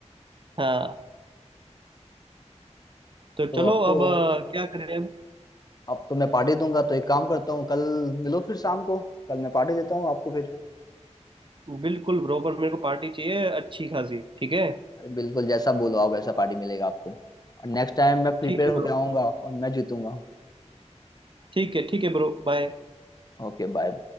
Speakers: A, on the right; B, on the left.
A: हाँ तो
B: तो
A: चलो
B: अब तो
A: अब अ, क्या करें अब
B: अब तो मैं पार्टी दूंगा तो एक काम करता हूँ कल मिलो फिर शाम को कल मैं पार्टी देता हूँ आपको फिर
A: बिल्कुल ब्रो पर मेरे को पार्टी चाहिए अच्छी खासी ठीक है
B: बिल्कुल जैसा बोलो आप वैसा पार्टी मिलेगा आपको और नेक्स्ट टाइम मैं प्रिपेयर
A: ठीक है
B: होकर
A: ब्रो
B: आऊंगा और मैं जीतूंगा
A: ठीक है ठीक है ब्रो बाय
B: Okay bye